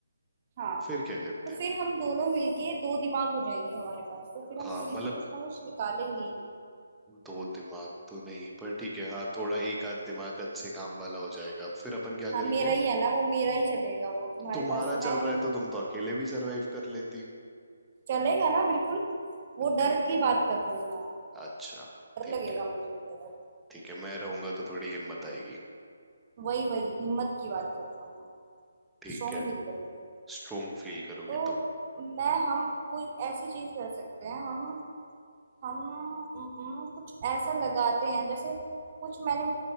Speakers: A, on the right; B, in the centre.
A: हाँ
B: फिर क्या करते
A: तो फिर हम दोनों मिलके दो दिमाग हो जाएंगे हमारे पास तो फिर हम
B: हाँ
A: मिलके
B: मतलब
A: कुछ ना कुछ निकालेंगे ही
B: दो दिमाग तो नहीं पर ठीक है हाँ थोड़ा एक आध दिमाग अच्छे काम वाला हो जाएगा फिर अपन क्या
A: हाँ
B: करेंगे
A: मेरा ही है ना वो मेरा ही चलेगा वो तुम्हारे
B: तुम्हारा
A: पास तो
B: चल
A: है नहीं
B: रहा है तो तुम तो अकेले भी सरवाइव कर लेती
A: चलेगा ना बिल्कुल वो
B: ठीक
A: डर की
B: है
A: बात कर रही हूँ मैं
B: अच्छा
A: डर
B: ठीक
A: लगेगा
B: है
A: मुझे थोड़ा
B: ठीक है मैं रहूंगा तो थोड़ी हिम्मत आएगी
A: वही वही हिम्मत की बात कर रहा हूँ मैं
B: ठीक
A: स्ट्रोंग
B: है
A: फील करूंगी
B: स्ट्रोंग फील करोगी
A: तो
B: तुम
A: मैं हम कोई ऐसी चीज कर सकते हैं हम हम उम, उम, कुछ ऐसा लगाते हैं जैसे कुछ मैंने